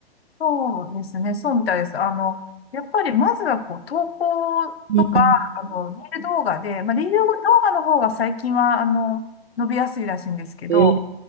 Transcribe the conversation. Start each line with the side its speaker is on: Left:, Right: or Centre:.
Left: そうですね。そうみたいです。あの、やっぱりまずはこう、投稿とか、
Right: うん、
Left: あの、リール動画で、まあ、リール動画の方が最近は、あの、伸びやすいらしいんですけど、
Right: えー、